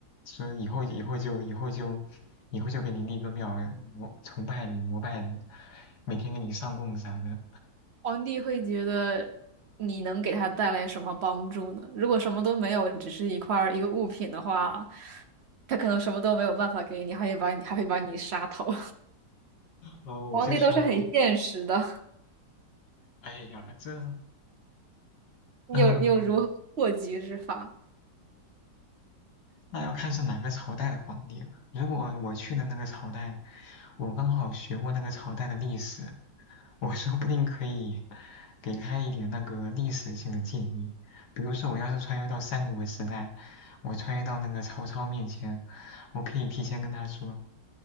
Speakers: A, on the left; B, on the right.
A: 说以后以后就以后就以后就给你立个庙，膜崇拜你膜拜你，每天给你上供啥的。
B: 皇帝会觉得你能给他带来什么帮助呢？如果什么都没有，只是一块儿一个物品的话，他可能什么都没有办法给你，还会把你还会把你杀头。<laughs>
A: 哦，我就说，
B: 皇帝都是很现实的，
A: 哎呀，这
B: 你有你有如何破局之法？
A: 嗯、那要看是哪个朝代的皇帝了。如果我去的那个朝代，我刚好学过那个朝代的历史，我说不定可以给他一点那个历史性的建议。比如说，我要是穿越到三国时代，我穿越到那个曹操面前，我可以提前跟他说，